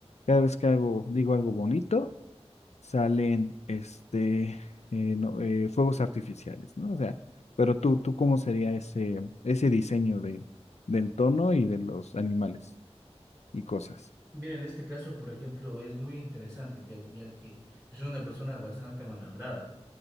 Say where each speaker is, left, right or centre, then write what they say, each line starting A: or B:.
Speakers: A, on the left; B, on the right.
A: Cada vez que hago, digo algo bonito, salen este, eh, no- eh, fuegos artificiales, ¿no? O sea, pero tú, tú ¿cómo sería ese, ese diseño de, del tono y de los animales y cosas?
B: Mira, en este caso, por ejemplo, es muy interesante, ya, ya que es una persona bastante mal hablada,